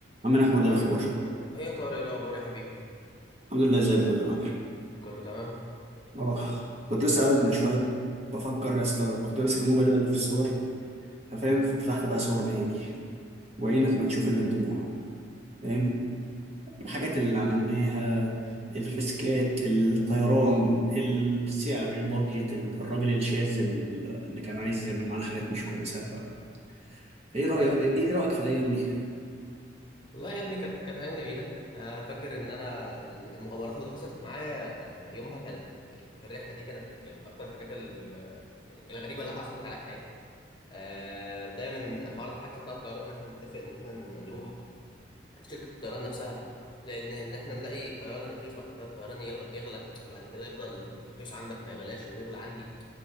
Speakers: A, on the right; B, on the left.
A: عم احمد إيه
B: عامل
A: الاخبار
B: آه، ايه يا طارق إيه الاخبار يا حبيبي
A: الحمد لله زي الفل يا معلم
B: كله تمام
A: اه كنت لسه قاعد
B: آه...
A: من شويه بفكر يا اسطى كنت ماسك الموبايل بقلب في الصور ففاهم ففتحت بقى صور ميامي وعينك ما تشوف الا الدموع فاهم الحاجات اللي عملناها الريسكات الطيران السعر البادجت ال- الراجل الشاذ ال- اللي كان عايز يعمل معانا حاجات مش كويسه ف- فايه رايك ايه رايك في الايام دي
B: والله يا ابني كانت كانت ايام جميله انا فاكر ان انا ال- المغامرات اللي حصلت معايا آه، يومها كانت يعني في الرحله دي كانت يعني من اكتر الحاجات ال... يعني الغريبه اللي حصلت عليا في حياتي آه... بدايه من حوار الحجز بتاع الطيران ان احنا نتفق ان احنا ن- نروح عند شركه الطيران نفسها لان ان احنا نلاقي طيران رخيص بعد كده الطيران يلغ- يغلى وبعد كده يفضل رخيص عندك ما يغلاش ويغلى عندي